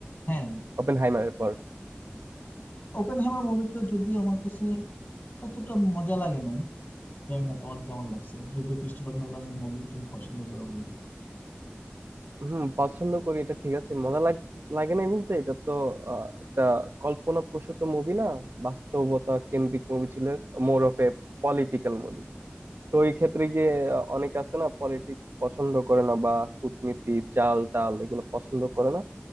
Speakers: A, on the left; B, on the right.
A: হ্যাঁ
B: ওপেন হাইমারের পর
A: ওপেন হ্যামার মুভিটা যদিও আমার কাছে অতটা মজা লাগে নাই জানি না তোমার কেমন লাগছে যদিও ক্রিস্টোফার নোলানের মুভি তুমি পছন্দ করো বলে
B: হুম পছন্দ করি এটা ঠিক আছে মজা লাগ লাগে নাই বলতে এটা তো আহ, একটা কল্পনা প্রসূত মুভি না বাস্তবতা কেন্দ্রিক মুভি ছিল more of a political movie তো এই ক্ষেত্রে গিয়ে আহ, অনেক আছে না পলিটিক্স পছন্দ করে না বা কূটনীতি চাল টাল এগুলো পছন্দ করে না